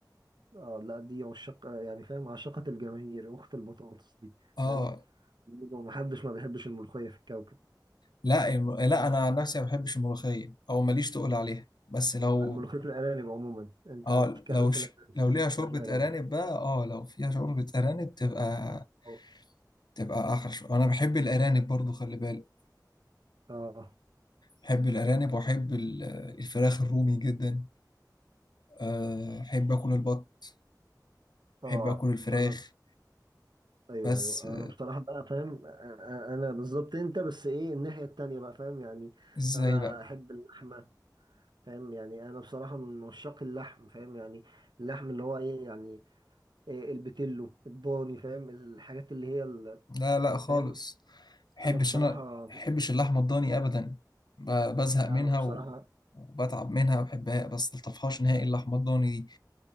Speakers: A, on the right (about 75°); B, on the left (about 70°).
A: اه لا دي عشاق يعني فاهم عشاقة الجماهير أخت البطاطس دي
B: اه
A: فاهم محدش ما بيحبش الملوخية في الكوكب
B: لا الم... لا انا عن نفسي ما بحبش الملوخية او ماليش تقول عليها بس لو
A: عن ملوخية الأرانب عموما أنت
B: اه
A: بتتكلم
B: لو
A: في
B: ش...
A: الأرانب
B: لو ليها شوربة
A: في الأرانب
B: أرانب بقى اه لو فيها شوربة أرانب تبقى
A: اه
B: تبقى أحلى شو... انا بحب الأرانب برضو خلي بالك
A: اه
B: بحب الأرانب وأحب ال- الفراخ الرومي جدا آه، أحب آكل البط
A: آه.
B: أحب آكل الفراخ
A: انا ايوه
B: بس
A: ايوه
B: آه،
A: انا بصراحه بقى فاهم أ- أ- انا بالظبط انت بس ايه الناحيه التانية بقى فاهم يعني
B: ازاي
A: انا
B: بقى
A: احب اللحمه فاهم يعني انا بصراحه من عشاق اللحم فاهم يعني اللحم اللي هو ايه يعني إيه البتلو الضاني فاهم الحاجات اللي هي ال-
B: لا لا خالص
A: فاهم
B: محبش
A: انا بصراحه
B: انا محبش اللحمه الضاني ابدا ب- بزهق
A: لا
B: منها
A: انا بصراحه
B: و... وبتعب منها ما بحبها بس ملطفهاش نهائي اللحمه الضاني دي